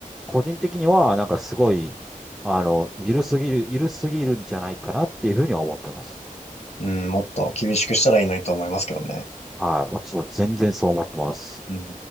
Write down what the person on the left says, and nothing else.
うん、もっと厳しくしたらいいのにと思いますけどね。
うん